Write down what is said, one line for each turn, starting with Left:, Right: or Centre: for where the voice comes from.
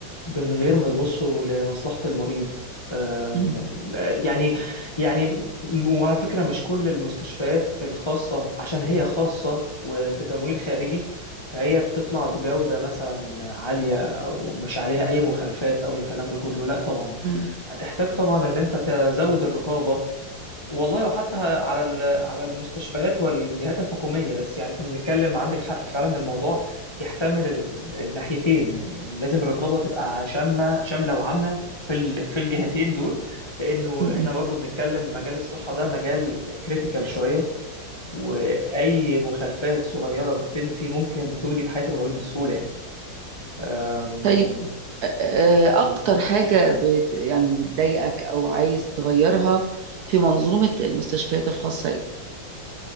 Left: من غير ما يبصوا لمصلحة المريض أم،
Right: مم.
Left: يعني يعني م- وعلى فكرة مش كل المستشفيات الخاصة عشان هي خاصة وبتمويل خارجي فهي بتطلع بجودة مثلا عالية أو مش عليها أي مخالفات أو الكلام ده كله لا طبعا
Right: مم.
Left: هتحتاج طبعا إن أنت تزود الرقابة والله وحتى على ال- على المستشفيات والجهات الحكوميه بس يعني احنا بنتكلم عندك حق فعلا الموضوع يحتمل ال- ال- الناحيتين يعني إن لازم الرقابه تبقى شامه شامله وعامه في ال- في الجهتين دول لانه
Right: مم.
Left: احنا برضو بنتكلم مجال الصحه ده مجال كريتيكال شويه واي مخالفات صغيره بتتم فيه ممكن تودي بحياه المريض بسهوله يعني أم،
Right: طيب آه، آه، اكتر
Left: أنا
Right: حاجه بت يعني بتضايقك او عايز تغيرها في منظومه المستشفيات الخاصه ايه؟